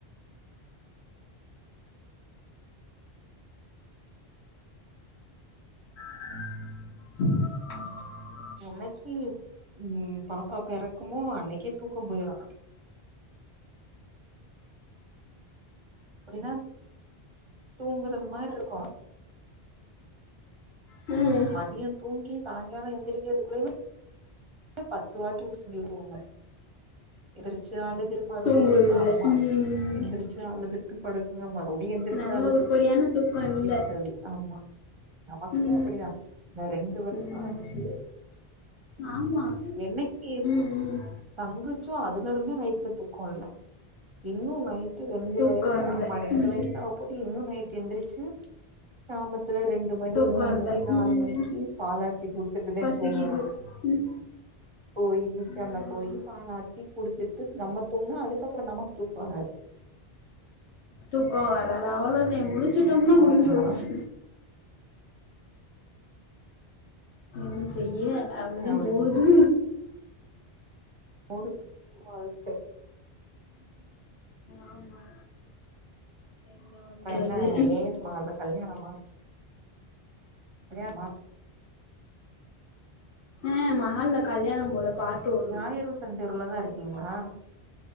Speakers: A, on the left; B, on the right.
A: ஹாம்
B: எனக்கி ம் பாப்பா பெறக்குமோ அன்னைக்கே தூக்கம் போயிரு அப்டிதா தூங்குறது மார்ருக்கூ
A: ம்
B: மதியந் தூங்கி சாயங்காலொ எந்திரிக்கறதுக்குள்ளயுமே பத்து வாட்டி உசுப்பி விடுவாங்க எதுரிச்சு அழுது திரும்மறுபடியு
A: தூங்குதுக
B: அம்மா
A: ம்
B: எந்துரிச்சி அழுதுட்டு படுக்குங்க மறு பொடி எந்திரிச்சா
A: நல்ல
B: அல்லது
A: உருப்படியான தூக்கோ இல்ல
B: இருக்காது ஆமா நமக்குமே
A: ம்
B: அப்பிடிதா இந்த ரெண்டு வருஷோ
A: ம்
B: ஆச்சு
A: ஆமா.
B: என்னக்கிப்
A: ம் ம்
B: தங்குச்சோ அதுல இருந்தே நைட்ல தூக்கோ இல்ல. இன்னு நை ட்டு ரண்டு
A: தூக்கோ
B: வயசு
A: இல்ல
B: ஆமா ரெண்டு
A: ம்
B: வயசு ஆவ போது இன்னு நைட்டு எந்திரிச்சு சாம த்துல ரெண்டு மணி
A: தூக்கோ
B: மூணு
A: இல்ல
B: மணி நாலு
A: ம்
B: மணிக்கி பால் ஆத்தி குடுத்துட்டுதா
A: பசிக்குது
B: தூங்கணு.
A: ம்.
B: போயி கிச்சன்ல
A: ம்
B: போயி பால் ஆத்தி குடுத்துட்டு நம்ம தூங்னா அதுக்கப்புறோ நமக் தூக்கோ வராது.
A: தூக்கோ வராது அவ்ளோதே முழிச்சிட்டம்னா முடிஞ்சு
B: ஆமா
A: போச்சு. ன்ன செய்ய அப்டிதா
B: அப்படிதா
A: போது.
B: ஓடுது வாழ்க்க.
A: ஆமா என்ன
B: அப்புறோ
A: பண்றது.
B: என்ன ஏ எஸ் மஹால்ல கல்யாணமா கல்யாண்மா
A: அ மஹால்ல கல்யாணம் போல. பாட்டு ஓடுது
B: ஜாயிர் உசேன் தெருவுலதா இருக்கிங்களா?